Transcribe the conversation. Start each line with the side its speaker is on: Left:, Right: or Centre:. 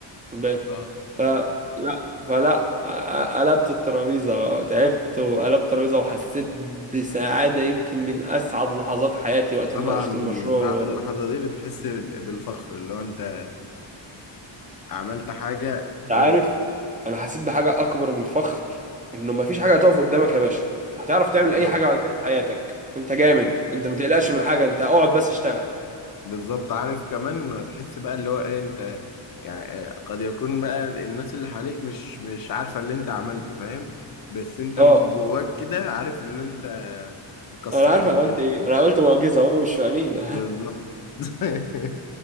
Right: باك
Left: اه
Right: فلا فلا آه، آه، قلبت الترابيزة تعبت وقلبت الترابيزة وحسيت بسعادة يمكن من أسعد لحظات حياتي وقت
Left: طبعا
Right: مناقشة المشروع
Left: بعد
Right: و...
Left: اللحظة دي بتحس بال- بالفخر اللي هو انت عملت حاجة
Right: انت
Left: أوه.
Right: عارف انا حسيت بحاجه اكبر من الفخر انه مفيش حاجه هتقف قدامك يا باشا هتعرف تعمل
Left: بالظبط
Right: اي حاجه بعد كده في حياتك انت جامد انت ما تقلقش من حاجه انت اقعد بس اشتغل
Left: بالظبط عارف كمان هتحس بقى اللي هو ايه انت يعني آه، قد يكون بقى الناس اللي حواليك مش مش عارفة اللي انت عملته فاهم بس انت
Right: اه
Left: من جواك كده عارف اللي انت كسرت
Right: انا عارف
Left: الدنيا
Right: انا قلت ايه انا عملت معجزه هم مش فاهمين
Left: بالظبط <laughs>